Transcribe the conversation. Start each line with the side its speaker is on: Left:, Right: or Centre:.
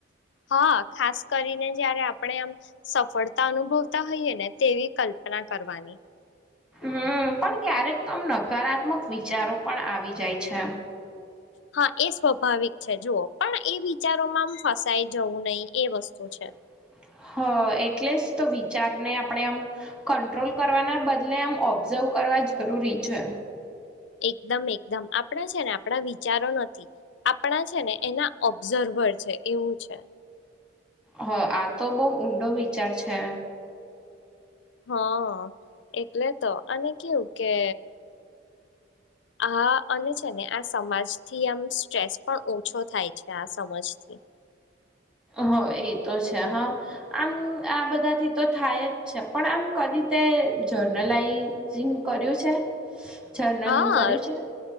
Left: હા ખાસ કરીને જયારે આપણે આમ સફળતા અનુભવતા હોઈએે ને તેવી કલ્પના કરવાની
Centre: હમ પણ ક્યારેક તો આમ નકારાત્મક વિચારો પણ આવી જાય છે.
Left: હા એ સ્વાભાવિક છે જુઓ પણ એ વિચારોમાં આમ ફસાઈ જવું નહીિ એ વસ્તુ છે.
Centre: હ હ એટલે જ તો વિચારને આપણે આમ કંટ્રોલ કરવાના બદલે આમ ઓબ્ઝર્વ કર કરવા જરૂરી છે
Left: એકદમ એકદમ આપણા છે ને આપણા વિચારો નથી આપણા છે ને એના ઓબ્ઝર્વ ખબર છે એવું છે
Centre: હ આ તો બહ ઊંડો વિચાર છે
Left: હા એટલે તો અને કેવું કે આ અને છે ને આ સમાજથી આમ સ્ટ્રેસ પણ ઓછો થાય છે આ સમાજથી
Centre: હ હ એ તો છે હા આમ આ બધાથી તો થાય જ છે પણ આમ કદી તે જર્નલાઈઝિંગ કર્યું છે જર્નલિંગ
Left: હા
Centre: કર્યું છે